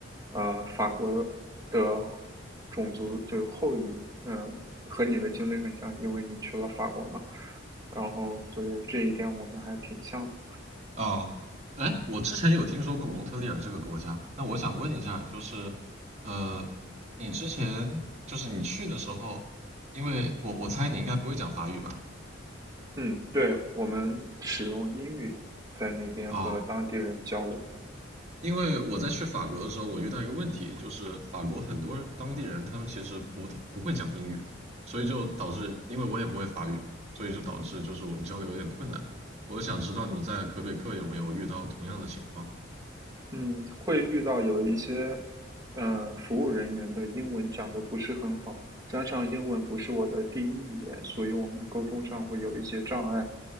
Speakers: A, on the right (about 20°); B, on the right (about 35°).
A: 呃法国的种族，就是后裔。嗯、和你的经历很像，因为你去了法国嘛。然后所以这一点我们还挺像的。
B: 哦，哎，我之前有听说过蒙特利尔这个国家，那我想问一下，就是，呃，你之前就是你去的时候，因为我我猜你应该不会讲法语吧？
A: 嗯，对，我们使用英语在那边和当地人交流。
B: 哦，因为我在去法国的时候，我遇到一个问题，就是法国很多当地人他们其实不特不会讲英语，所以就导致，因为我也不会法语嘛，所以就导致就是我们交流有点困难。我就想知道你在魁北克有没有遇到同样的情况？
A: 嗯，会遇到有一些，呃，服务人员的英文讲的不是很好，加上英文不是我的第一语言，所以我们沟通上会有一些障碍。